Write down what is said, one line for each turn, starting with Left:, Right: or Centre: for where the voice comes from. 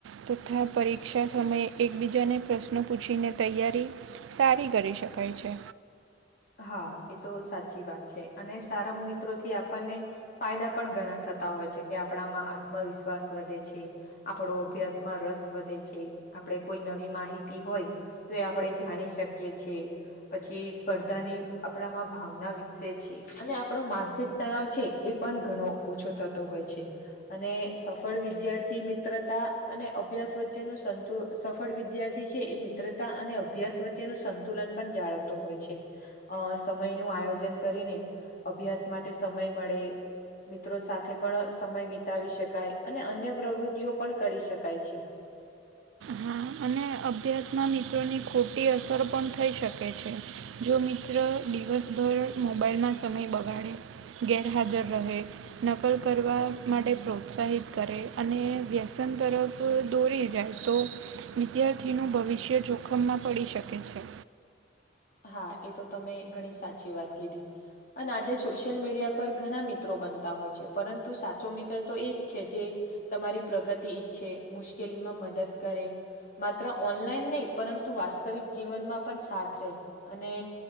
Right: તથા પરીક્ષા સમયે એકબીજાને પ્રશ્નો પૂછીને તૈયારી, સારી કરી શકાય છે.
Left: હા એતો સાચીવાત છે, અને સારા મિત્રોથી આપણને ફાયદા પણ ઘણા થતા હોય છે, કે આપણામાં આત્મવિશ્વાસ વધે છે. આપડો અભ્યાસમાં રસ વધે છે. આપણે કોઈ નવી માહિતી હોયને. તોએ આપણેે ઝાણી શકીએ છીએ. પછી સ્પર્ધા ધાની આપડામાં ભાવના વિકસે છે, અને આપડો માનસિક તણાવ છે, એ પણ ઘણો ઓછો. થતો હોય છે. અને સફળ વિદ્યાર્થી મિત્રતા અને અભ્યાસ વચ્ચેનું સંતુલન, સફળ વિદ્યાર્થી છે, એ મિત્રતા અને અભ્યાસ વચ્ચેનું સંતુલન પન જાળવતો હોય છે. અ સમયનું આયોજન કરીને અભ્યાસ માટે સમય મળે. મિત્રો સાથે પણ સમય વિતાવી શકાય અને અન્ય પ્રવૃતિઓ પણ કરી શકાય છે.
Right: હા અને ને અભ્યસના મિત્રોની ખોટી અસર પણ થઈ શકે છે. જો મિત્ર દિવસભર મોબાઈલમાં સમય બગાડે ગેરહાજર રહે નકલ કરવા માટે પ્રોત્સાહિત કરે અને વ્યસન તરફ કોઈ દોરી જાય તો વિદ્યાર્થીનું ભવિષ્ય જોખમમાં પડી શકે છે.
Left: હા એ તો તમે ઘણી સાચી વાત કીધી. પણ આજે સોશિયલ મીડિયા પર ઘણા મિત્રો બનતા હોય છે પરંતુ સાચો મિત્ર તો એ જ છે જે તમારી પ્રગતિ ઈચ્છે, મુશ્કેલીમાં મદદ કરે. માત્ર ઓનલાઈન નઈ પરંતુ વાસ્તવિક જીવનમાં પણ સાથ રે અને